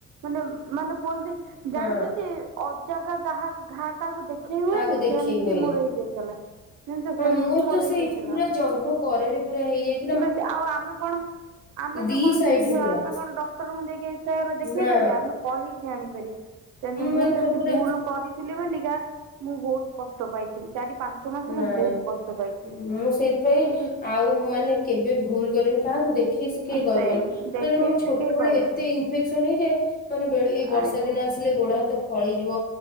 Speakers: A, on the right; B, on the left.
A: ମାନେ ମାନେ କୁହନ୍ତି ଜାଣିଚନ୍ତି
B: ହଁ
A: ଅଜାଗା କାହା ଘା କାହାକୁ ଦେଖେଇ ହୁଏନି
B: କାହାକୁ ଦେଖେଇ
A: ସେମତି
B: ହୁଏନି।
A: ମୋର ହେଇଯାଇଥିଲା। ଜାଣିଛ ସେମିତି
B: ହଁ ମୋର ତ ସେଇ
A: ହେଇଯାଇଥିଲା
B: ପୁରା ଜଙ୍ଘ କରରେ ପୁରା ହେଇଯାଇ
A: ଠିକ ଅଛି ଆଉ ଆମେ କଣ ଆମେ
B: ଦି
A: ଯେକୌଣସି
B: ସାଇଡରେ
A: ଝିଅ
B: ପୁରା
A: ଆମେ କଣ ଡକ୍ଟରଙ୍କୁ ଯାଇକି ଏହାର ଦେଖେଇ
B: ନା
A: ପାରିବା ଆମେ କହିକି ଆଣିପାରିବା। ତେଣୁ ମୁଁ
B: ମାନେ
A: ସେମତି
B: ସବୁ ପୁରା
A: ଭୁଲ କରିଥିଲି ବୋଲିକା ମୁଁ ବୋହୁତ କଷ୍ଟ ପାଇଥିଲି ଚାରି ପାଞ୍ଚ ମାସ
B: ନାଇଁ
A: ମୁଁ ବହୁତ କଷ୍ଟ ପାଇଛି।
B: ମୁଁ ସେଇଥିପାଇଁ
A: ଠିକ ଅଛି
B: ଆଉ ମାନେ କେବେ ଭୁଲ କରେନି କାହାକୁ ଦେଖ ଖେଇ ଶିଖେଇ
A: ଆ
B: କହିବନି
A: ସେଇ ଦେଖେଇ
B: ମାନେ ମୋ ଛୋଟବେଳେ
A: ଶିଖେଇ କହିବନି
B: ଏତେ ଇନ୍ ଇନଫେକ୍ସନ ହେଇଯାଏ ଯେ ମାନେ ବେଳେ ଏଇ ବର୍ଷା
A: ଆଜ୍ଞା
B: ଦିନ ଆସିଲେ ଗୋଡା ହାତ ଫଳିଯିବ